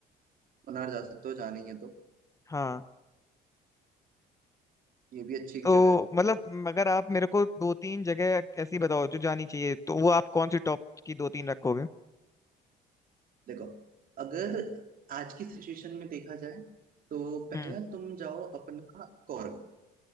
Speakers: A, on the right; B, on the left.
A: मुनार जा सकते हो जाना ही है तो
B: हाँ
A: ये भी अच्छी एक
B: तो
A: जगह है
B: मतलब अगर आप मेरे को दो तीन जगह ऐसी बताओ जो जानी चाहिए तो वो आप कौन सी टॉप की दो तीन रखोगे
A: देखो अगर आज की सिचुएशन में देखा जाए तो पहला
B: हम्म
A: तुम जाओ अपना कौर्ग